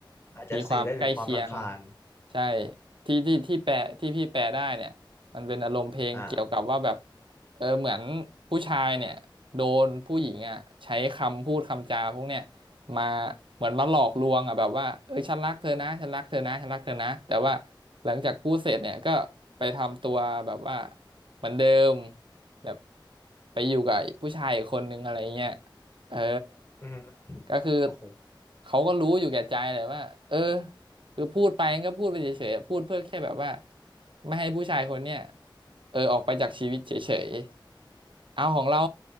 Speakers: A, on the left; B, on the right.
A: อาจจะสื่อได้ถึงความรำคาญ
B: มีความใกล้เคียงใช่ที่ที่ที่แปลที่พี่แปลได้เนี่ยมันเป็นอารมณ์เพลงเกี่ยวกับว่าแบบ
A: อ่า
B: เออเหมือนผู้ชายเนี่ยโดนผู้หญิงอ่ะใช้คำพูดคำจาพวกเนี่ยมาเหมือนมาหลอกลวงอ่ะแบบว่าเออฉันรักเธอนะฉันรักเธอนะฉันรักเธอนะแต่ว่าหลังจากพูดเสร็จเนี่ยก็ไปทำตัวแบบว่าเหมือนเดิมแบบไปอยู่กับผู้ชายอีกคนนึงอะไรเงี้ย เออ
A: อือฮึ
B: ก็คือ
A: โอ้โห
B: เขาก็รู้อยู่แก่ใจแหละว่าเออคือพูดไปก็พูดไปเฉยๆพูดเพื่อแค่แบบว่าไม่ให้ผู้ชายคนเนี้ยเออออกไปจากชีวิตเฉยๆเอาของเรา